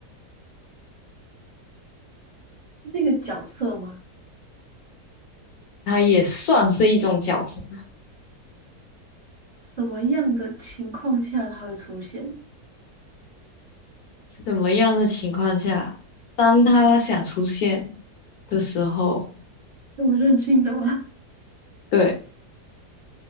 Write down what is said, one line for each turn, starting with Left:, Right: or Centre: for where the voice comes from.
Right: <laughs> 那个角色吗？
Left: 他也算是一种角色。
Right: 什么样的情况下他会出现？
Left: 什么样的情况下，当他想出现的时候，
Right: 那么任性的吗？
Left: 对，